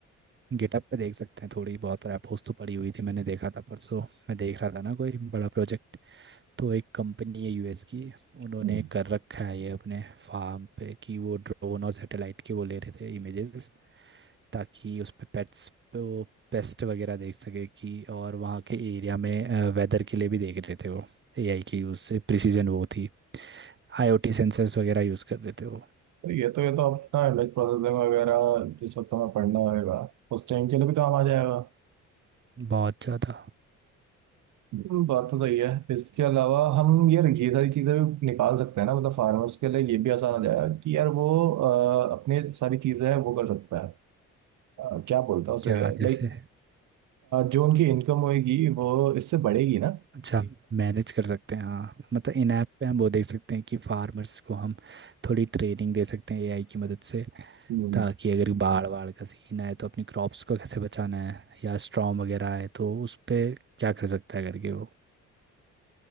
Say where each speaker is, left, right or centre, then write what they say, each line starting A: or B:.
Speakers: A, on the right; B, on the right.
A: गिटअप पे देख सकते हैं थोड़ी बहुत रैपोस तो पड़ी हुई थी मैंने देखा था परसों मैं देख रहा था ना कोई बड़ा प्रोजेक्ट तो एक कंपनी है यूएस की उन्होंने
B: हम्म।
A: कर रखा है ये अपने फार्म पे कि वो ड्रोन और सैटेलाइट के वो ले रहे थे इमेजेस ताकि उस पे पेट्स पे वो पेस्ट वगैरह देख सके कि और वहाँ के एरिया में वेदर के लिए भी देख रहे थे वो एआई के यूज़ से प्रिसीजन वो थी आईओटी सेंसर्स वगैरह यूज़ कर रहे थे वो
B: तो ये तो ये तो अपना इमेज प्रोसेसिंग वगैरह जिस वक्त हमें पढ़ना होगा उस टाइम के लिए भी काम आ जाएगा
A: बहुत ज़्यादा
B: हम्म, बात तो सही है इसके अलावा हम यार ये सारी चीज़ें भी निकाल सकते हैं ना मतलब फार्मर्स के लिए ये भी आसान हो जाएगा कि यार वो अ, अपने सारी चीज़ें वो कर सकता है अ, क्या बोलता है उसे
A: क्या जैसे
B: लाइक जो उनकी इनकम होगी वो इससे बढ़ेगी ना
A: अच्छा ठीक मैनेज कर सकते हैं हाँ मतलब इन ऐप पे हम वो देख सकते हैं कि फार्मर्स को हम थोड़ी ट्रेनिंग दे सकते हैं एआई की मदद से
B: हम्म,
A: ताकि अगर बाढ़ वाड़ का सीन आए तो अपनी क्रॉप्स को कैसे बचाना है या स्टॉर्म वगैरह आए तो उस पे क्या कर सकता है करके वो